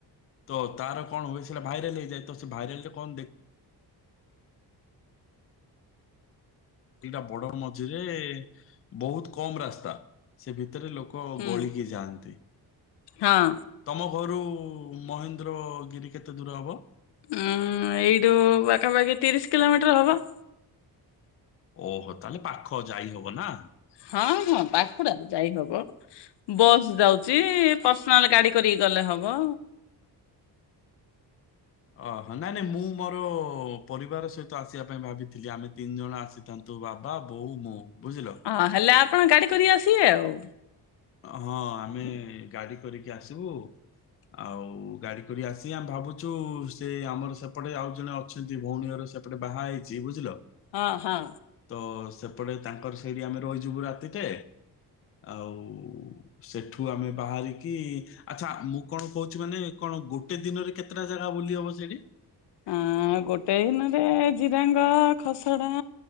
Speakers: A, on the left; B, on the left.
A: ତ ତାର କଣ ହୁଏ ସେଇଡା ଭାଇରାଲ ହେଇଯଏ ତ ସେ ଭାଇରାଲ ରେ କଣ ଦେଖ୍ ତିଟା ବଡ ମଝିରେ ବହୁତ କମ ରାସ୍ତା ସେ ଭିତରେ ଲୋକ୍ କ
B: ହୁଁ
A: ଗଳିକି ଯାଆନ୍ତି।
B: ହଁ
A: ତମ ଘରୁ ମହେନ୍ଦ୍ରଗିରି କେତେ ଦୂର ହବ?
B: ଉଁ ଏହଡୁ ପାଖାପାଖି ତିରିଶ କିଲୋମିଟର ହବ।
A: ଓହୋ ତାହେଲେ ପାଖ ଯାଇ ହବ ନା।
B: ହଁ ହଁ ପାଖୁଡା ଯାଇ ହବ। ବସ୍ ଯାଉଛି ପର୍ସନାଲ ଗାଡ଼ି କରିକି ଗଲେ ହବ।
A: ଅହ ନାଇଁ ନାଇଁ ମୁଁ ମୋର ପରିବାର ସେ ତ ଆସିବା ପାଇଁ ଭାବିଥିଲି ଆମେ ତିନି ଜଣ ଆସିଥାନ୍ତୁ ବାବା ବୋଉ ମୁଁ ବୁଝିଲ।
B: ହଁ ହେଲେ ଆପଣ ଗାଡ଼ି କରିକି ଆସିବେ ଆଉ।
A: ହଁ ଆମେ ଗାଡ଼ି କରିକି ଆସିବୁ ଆଉ ଗାଡ଼ି କରି ଆସି ଆମେ ଭାବୁ ଛୁ ସେ ଆମର ସେପଟେ ଆଉ ଜଣେ ଅଛନ୍ତି ଭଉଣୀ ଘର ସେପଟେ ବାହା ହେଇଛି ବୁଝିଲ।
B: ହଁ ହଁ
A: ତ ସେପଟେ ତାଙ୍କର ସେଇଠି ଆମେ ରହିଯିବୁ ରାତିଟେ ଆଉ ସେଠୁ ଆମେ ବାହାରିକି ଆଚ୍ଛା ମୁଁ କଣ କହୁଛି ମାନେ କଣ ଗୋଟେ ଦିନରେ କେ କେତଟା ଜାଗା ବୁଲି ହବ ସେଠି?
B: ଆଁ ଗୋଟେ ଦିନରେ ଜିରାଙ୍ଗ, ଖସଡା